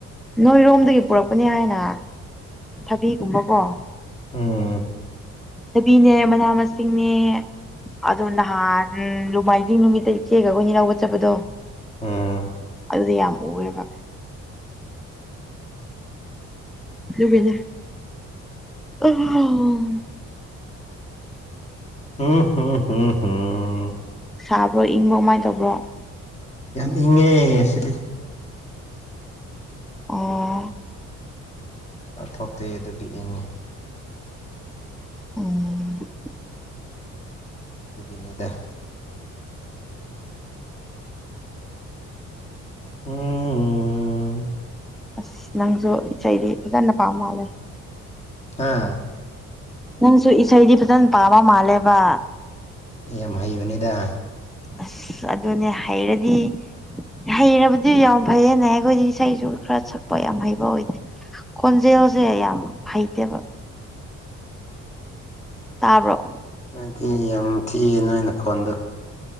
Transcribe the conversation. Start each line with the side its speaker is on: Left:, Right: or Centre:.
Centre: ꯅꯣꯏꯔꯣꯝꯗꯒꯤ ꯄꯨꯔꯛꯄꯅꯤ ꯍꯥꯏꯅ ꯊꯕꯤꯒꯨꯝꯕꯀꯣ
Left: ꯎꯝ
Centre: ꯊꯥꯕꯤꯅꯦ ꯃꯅꯥ ꯃꯁꯤꯡꯅꯦ꯫ ꯑꯗꯣ ꯅꯍꯥꯟ ꯅꯨꯃꯥꯏꯖꯤꯡ ꯅꯨꯃꯤꯠꯇ ꯏꯆꯦꯒꯈꯣꯏꯅꯤ ꯂꯧꯒ ꯆꯠꯄꯗꯣ꯫
Left: ꯎꯝ
Centre: ꯑꯗꯨꯗꯤ ꯌꯥꯝ ꯎꯑꯦꯕ꯫ ꯑꯗꯨꯒꯤ <unintelligible>
Left: <unintelligible>
Centre: ꯁꯥꯕ꯭ꯔꯣ ꯏꯪꯕ꯭ꯔꯣ ꯀꯃꯥꯏꯅ ꯇꯧꯕ꯭ꯔꯣ꯫
Left: ꯌꯥꯝ ꯏꯪꯉꯦ ꯑꯁꯤꯗꯤ꯫
Centre: ꯑꯣ꯫
Left: ꯆꯥꯊꯣꯛꯇꯦ ꯑꯗꯨꯒꯤ ꯏꯪꯉꯤ꯫
Centre: ꯑꯣ꯫
Left: ꯑꯗꯨꯨꯒꯤꯅꯤꯗ꯫ <unintelligible>
Centre: ꯑꯁ ꯅꯪꯁꯨ ꯏꯁꯩꯗꯤ ꯐꯖꯅ ꯄꯥꯝ ꯃꯥꯜꯂꯦ꯫
Left: ꯍꯥꯥ꯫
Centre: ꯅꯪꯁꯨ ꯏꯁꯩꯗꯤ ꯐꯖꯅ ꯄꯥꯕ ꯃꯥꯜꯂꯦꯕ꯫
Left: ꯌꯥꯝ ꯍꯩꯕꯅꯤꯗ꯫
Centre: ꯑꯁ ꯑꯗꯨꯅꯦ ꯍꯩꯔꯗꯤ꯫ ꯍꯩꯔꯕꯗꯤ ꯌꯥꯝ ꯐꯩꯌꯦꯅꯦ ꯑꯩꯈꯣꯏꯗꯤ ꯏꯁꯩꯁꯨ ꯈꯔ ꯁꯛꯄ ꯌꯥꯝ ꯍꯩꯕ ꯑꯣꯏꯗꯦ꯫ ꯀꯣꯟꯖꯦꯜꯁꯦ ꯌꯥꯝ ꯍꯩꯇꯦꯕ꯫ ꯇꯥꯕ꯭ꯔꯣ꯫
Left: ꯅꯪꯗꯤ ꯌꯥꯝ ꯊꯤꯌꯦ ꯅꯣꯏ ꯅꯈꯣꯟꯗꯨ꯫